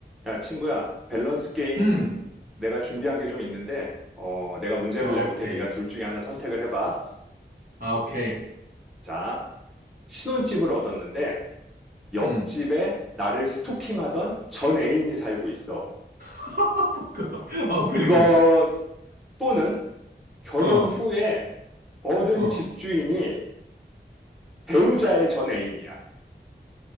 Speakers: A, in the centre; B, on the right (about 50°).
A: 야, 친구야, 밸런스 게임
B: 음,
A: 내가 준비한 게 좀 있는데, 어, 내가 문제를
B: 아,
A: 내볼게.
B: 오케이.
A: 네가 둘 중에 하나 선택을 해봐.
B: 아, 오케이.
A: 자, 신혼집을 얻었는데, 옆집에
B: 음.
A: 나를 스토킹하던 전 애인이 살고 있어.
B: <laughs> 그- 어, 그리고,
A: 그거 또는 결혼
B: 어,
A: 후에 얻은
B: 어.
A: 집주인이 배우자의 전 애인이야.